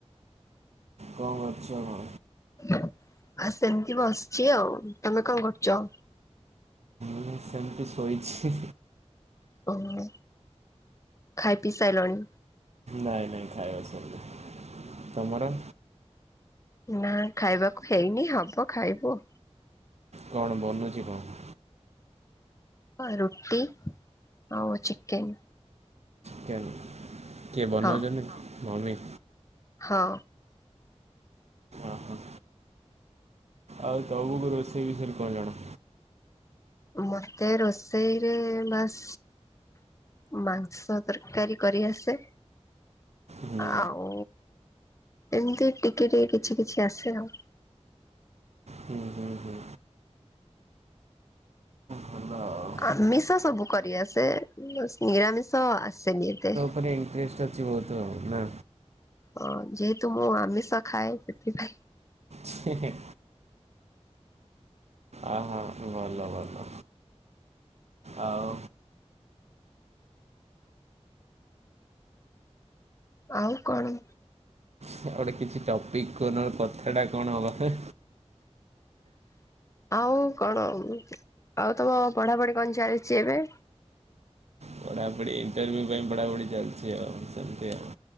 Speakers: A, on the right; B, on the left.
A: କଣ କରୁଛ?
B: ଆଉ ସେମିତି ବସିଛି ଆଉ। ତମେ କଣ କରୁଛ?
A: ମୁଁ ସେମିତି ଶୋଇଛି।
B: ହୁଁ ଖାଇ ପିଇ ସାରିଲଣି?
A: ନାଇଁ ନାଇଁ ଖାଇବା ସରିନି। ତମର?
B: ନା ଖାଇବାକୁ ହେଇନି ହବ ଖାଇବୁ।
A: କଣ ବନୁଛିି କଣ?
B: ରୁଟି ଆଉ ଚିକେନ୍।
A: ଚିକେନ୍ କିଏ ବନଉଛନ୍ତି?
B: ହଁ
A: ମମି।
B: ହଁ।
A: ଓହୋ ଆଉ ତମକୁ ରୋଷେଇ ବିଷୟରେ କଣ ଜଣା?
B: ମତେ ରୋଷେଇରେ ବାସ୍ ମାଂସ ତରକାରୀ କରି ଆସେ।
A: ହୁଁ
B: ଆଉ ଏମତି ଟିକେ ଟିକେ କିଛି କିଛି ଆସେ ଆଉ।
A: ହୁଁ ହୁଁ ହୁଁ। ଭଲ ଆଉ।
B: ଆମିଷ ସବୁ କରି ଆସେ ବାସ୍ ନିରାମିଷ ଆସନି ଏତେ।
A: ଗଟେ ଇଣ୍ଟ୍ରେଷ୍ଟ ତ କିଛିି ବହୁତ ନା।
B: ଓ ଯେହେତୁ ମୁଁ ଆମିଷ ଖାଏ ସେଥିପାଇଁ।
A: ହେ ହେଁ। ଆ ହଁ ଭଲ ଭଲ। ଆଉ।
B: ଆଉ କଣ?
A: ଗୋଟେ କିଛି ଟପିକ କ କଥା ଟା କଣ ହବ?
B: ଆଉ କଣ ଆଉ ତମ ପଢାପଢି କଣ ଚାଲିଛି ଏବେ?
A: ପଢାପଢି ଇଣ୍ଟର୍ୟୁ ପାଇଁ ପଢାପଢି ଚାଲିଛି ଆଉ ସେମିତ ଆଉ।